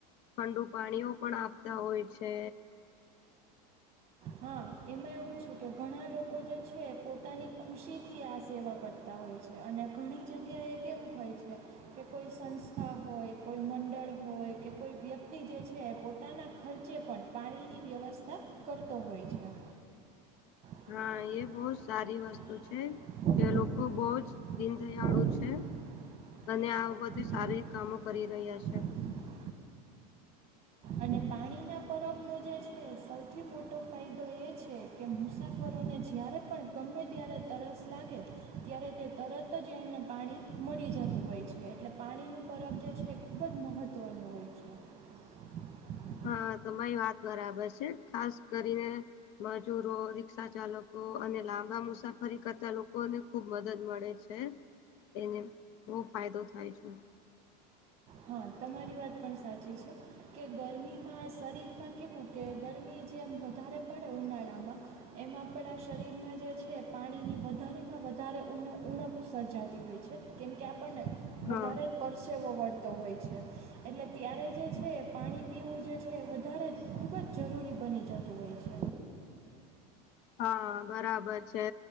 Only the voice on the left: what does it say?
ઠંડુ પાણીઓ પણ આપતા હોય છે.
હા એ બહુ જ સારી વસ્તુ છે. કે લોકો બઉ જ દીનદયાળુ છે. અને આ બધી સારી કામો કરી રહ્યા છે.
હા તમારી વાત બરાબર છે, ખાસ કરીને મજૂરો રિક્ષા ચાલકો અને લાંબા મુસાફરી કરતા લોકોને ખુબ મદદ મળે છે છે, એને બહુ ફાયદો થાય છે.
હા
હા બરાબર છે.